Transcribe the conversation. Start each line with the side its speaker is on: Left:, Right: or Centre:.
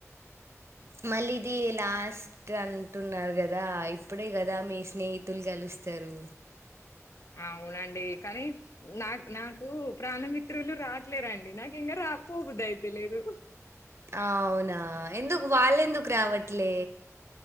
Right: మళ్ళీ ఇది లాస్ట్ అంటున్నారు కదా ఇప్పుడే కదా మీ స్నేహితులు కలుస్తారు
Left: అవునండి కానీ నాకు నాకు ప్రాణమిత్రులు రాట్లేరు అండి నాకు ఇంకా రావు పోబుద్దీ అయిత లేదు
Right: అవునా ఎందుకు వాళ్ళెందుకు రావట్లే